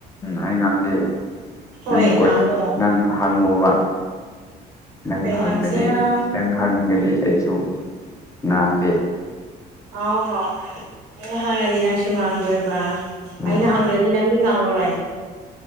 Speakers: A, on the left (about 20°); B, on the right (about 80°).
A: ꯑꯩꯉꯥꯡꯒꯤ
B: ꯍꯣꯏ
A: ꯅꯪ ꯀꯣꯏ
B: ꯉꯥꯡꯉꯣ
A: ꯅꯪ ꯍꯪꯉꯨꯕ ꯅꯪ
B: ꯀꯩ
A: ꯍꯪꯉꯗꯤ
B: ꯍꯪꯁꯦꯔꯥ
A: ꯅꯪ ꯍꯪꯉꯗꯤ ꯑꯩꯁꯨ ꯅ ꯀꯦ
B: ꯑꯥꯎ ꯑꯩꯅ ꯍꯪꯉꯗꯤ ꯅꯪꯁꯨ ꯉꯥꯡꯗꯣꯏꯕ
A: ꯎꯝ
B: ꯑꯩꯅ ꯍꯪꯗ꯭ꯔꯗꯤ ꯅꯪꯗꯤ ꯉꯥꯡꯉꯔꯣꯏ <unintelligible>